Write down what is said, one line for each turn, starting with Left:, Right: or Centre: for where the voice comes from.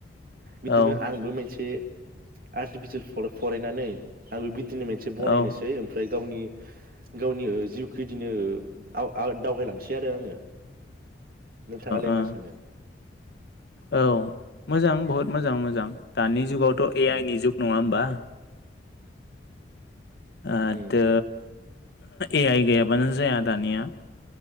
Right: बिदिनो
Left: औ
Right: आंबो मोनसे आर्टिफिसियेल फरायनानै आंबो बिदिनो मोनसे से बनायनोसै
Left: औ
Right: ओमफ्राय गावनि गावनि जिउखौ इदिनो आव‌ आव दावगायलांसै आरो आङो नोंथाङालाय
Left: औ
Right: मा सानो
Left: औ मोजां बहुद मोजां मोजां दानि जुगावथ' ए
Right: उम
Left: आइ नि जुग नङा होमबा ओ
Right: उम
Left: द ए आइ गैयाबानो जाया दानिया